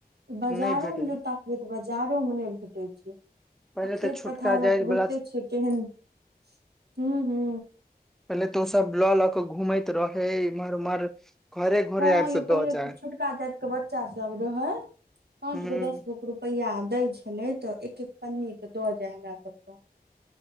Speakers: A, on the right; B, in the centre.
A: बाजारो
B: नहि भेटै
A: मे जँ ताकबै तऽ बाजारो मऽ नहि भेटैत छै
B: पहिले
A: आ खेत
B: तऽ छोटका
A: पथार मऽ
B: जाय
A: तऽ बुझिते
B: वला
A: छियै केहन <inaudible> हू हू
B: पहिले तऽ ओ सभ लऽ लऽ कऽ घूमैत रहे इम्हर उम्हर घरे
A: हँ
B: आबि
A: यो
B: कऽ
A: पहिले
B: दऽ
A: त
B: जाय
A: छोटका जाति के बच्चा सब रहे पांच
B: हूँ
A: गो दस गो के रुप रुपैआ दै छलै तऽ एक एक पन्नी के दऽ जाय हमरा सबकऽ